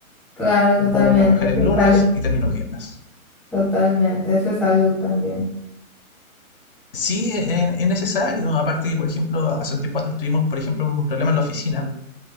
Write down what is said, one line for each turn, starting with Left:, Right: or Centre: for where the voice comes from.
Centre: Claro,
Left: Vuelvo
Centre: totalmente,
Left: a trabajar
Centre: eso
Left: el lunes
Centre: es salud,
Left: y termino el viernes.
Centre: totalmente, eso es salud también.
Left: Sí, es, es necesario. Aparte que, por ejemplo, hace un tiempo atrás tuvimos, por ejemplo, un problema en la oficina